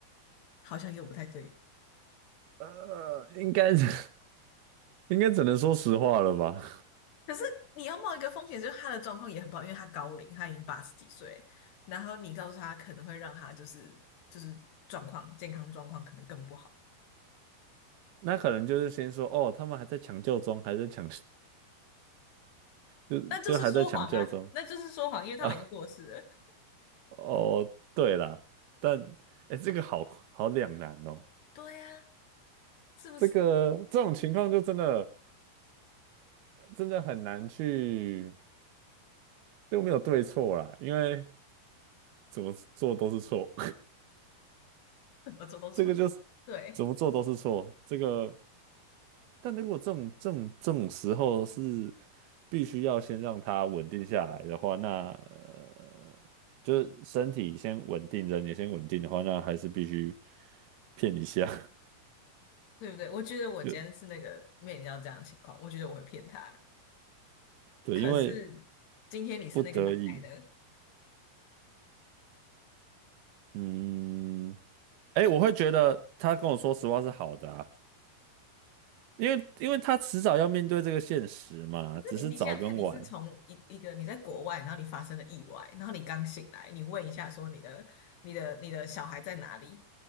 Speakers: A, on the left; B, on the right.
A: 好像又不太对。
B: 呃，应该是 <laughs> 应该只能说实话了吧？
A: 可是你要冒一个风险，就是她的状况也很不好，因为她高龄，她已经八十几岁，然后你告诉她可能会让她就是就是状况健康状况可能更不好，
B: <laughs> 那可能就是先说，哦，他们还在抢救中，还在抢，就就还在抢救中。
A: 那就是说谎啊，那就是说谎，因为他们已经过世了。
B: 啊，哦，对啦，但哎，这个好好两难哦。
A: 对呀、是不是？
B: 这个这种情况就真的真的很难去，都没有对错啦，因为怎么做都是错，
A: <laughs> 我做都错，
B: <laughs> 这个就是
A: 对
B: 怎么做都是错。这个，但如果这种这种这种时候是必须要先让它稳定下来的话，那呃，就是身体先稳定，人也先稳定的话，那还是必须骗一下。
A: 对不对？我觉得我今天是那个面临到这样的情况，
B: <laughs> 就
A: 我觉得我会骗他。
B: 对，
A: 可是今天你是那个奶奶的，
B: 因为不得已，
A: 可
B: 嗯，哎，我会觉得他跟我说实话是好的啊，因为因为他迟早要面对这个现实嘛，
A: 是你你想想看，
B: 只是早跟晚。
A: 你是从一一个你在国外，然后你发生了意外，然后你刚醒来，你问一下说你的你的你的小孩在哪里，